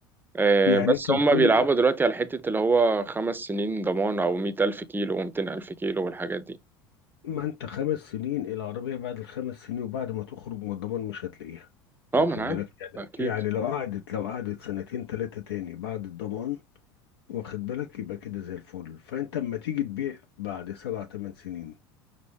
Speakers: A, on the right; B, on the left.
A: آه،
B: يعني
A: بس
B: انت بتقول
A: هما بيلعبوا دلوقتي على حتة اللي هو خمس سنين ضمان أو مية ألف كيلو ومتين ألف كيلو والحاجات دي
B: ما انت خمس سنين العربية بعد الخمس سنين وبعد ما تخرج من الضمان مش هتلاقيها واخد
A: أه ما أنا عارف
B: بالك يعني
A: ده أكيد
B: يعني لو قعدت لو قعدت سنتين تلاتة تاني بعد الضمان واخد بالك يبقى كده زي الفل فانت اما تيجي تبيع بعد سبع تمن سنين